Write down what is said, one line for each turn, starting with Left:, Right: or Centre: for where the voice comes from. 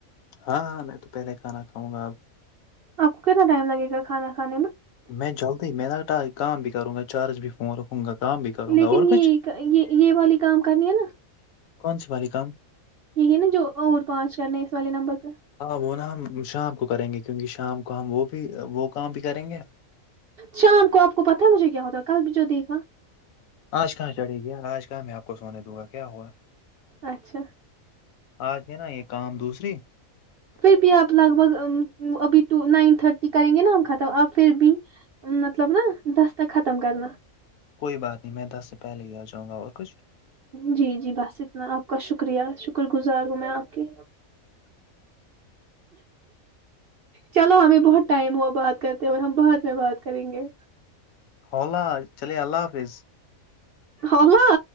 Left: ہاں ہاں میں تو پہلے کھانا کاوں گا اپ
Right: آپ کو کتنا ٹائم لگے گا کھانا کھانے میں
Left: میں جلدی میں رٹ کام بھی کروں گا چارج بھی فون رکھوں گا کام بھی کروں
Right: لیکن
Left: گا اور کچھ
Right: یہ یہ یہ والی کام کرنی ہے نا
Left: کون سی والی کام
Right: یہی نا جو اور پانچ کرنے ہیں اس والے نمبر پہ
Left: ہاں وہ نا ہم شام کو کریں گے کیونکہ شام کو ہم وہ بھی وہ کام بھی کریں گے
Right: شام کو آپ کو پتاہ ہے مجھے کیا ہوتا ہے کل بھی جو دیکھا
Left: آج کہاں چڑھے گی آج کہاں میں آپ کو سونے دوں گا کیا ہوا
Right: اچھا
Left: آج ہے نا یہ کام دوسری
Right: پھر بھی آپ لگ بھگ ابھی ٹو نائن تھرٹی کریں گے نا ہم ختم آپ پھر بھی مطلب نا دستخ ختم کرنا
Left: کوئی بات نہیں میں دس سے پہلے ہی آ جاں گا اور کچھ
Right: جی جی بس اتنا آپ کا شکریہ شکر گزار ہوں میں آپ کی چلو ہمیں بہت ٹائم ہوا بات کرتے ہوئے ہم بعد میں بات کریں گے
Left: ہوولہ چلیے اللہ حافظ
Right: اللہ